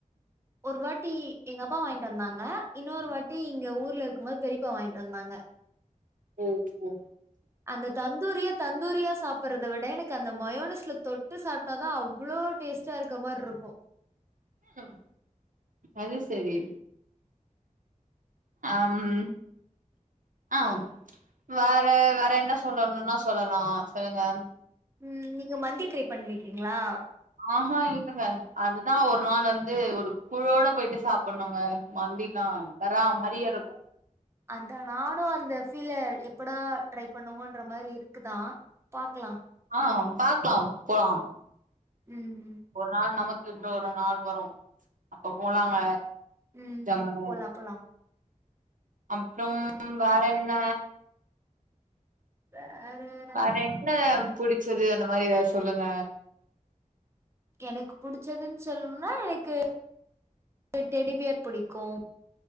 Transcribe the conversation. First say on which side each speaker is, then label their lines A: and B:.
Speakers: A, on the right (about 20°); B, on the right (about 70°).
A: ஒரு வாட்டி எங்க அப்பா வாய்ங்ட் வந்தாங்க இன்னோரு வாட்டி இங்க ஊர்லருக்கும்போது பெரியப்பா வாய்ங்ட் வந்தாங்க
B: சேரிங்க
A: அந்த தந்தூரிய தந்தூரியா சாப் பட்றத விட எனக்கு அந்த மயோனிஸ்ல தொட்டு சாப்ட்டா தா அவ்ளோ டேஸ்ட்டா இருக்க மார்ருக்கு
B: ம் அது செரி அம் ஆ வேற வேற என்ன சொல்லணுன்னா சொல்லலா சொல்லுங்க
A: ம் நீங்க மந்தி ட்ரை பண்ணீர்க்கீங்ளா
B: ஆ ஆ இல்லங்க அதுதா ஒரு நாள் வந்து ஒரு குழுவோட போய்ட்டு சாப்பட்ணுங்க மந்தினா வேற மாரியே இருக்கு
A: அதா நானு அந்த ஃபீல எப்படா ட்ரை பண்ணுவோன்ற மாரி இருக்குதா பாக்கலா
B: ஆ பாக்லாம் போலாம்
A: ம் ம்
B: ஒரு நாள் நமக்குன்று ஒரு நாள் வரும் அப்ப போலாங்க
A: ம்
B: ஜம்முனு
A: போலா போலா
B: அப்றம் வேற என்ன
A: வேற
B: வேற என்ன புடிச்சது அந்த மாரி எதாவ் சொல்லுங்க
A: எனக்கு புடிச்சதுன் சொல்னுனா எனக்கு எனக் டெடிபியர் புடிக்கு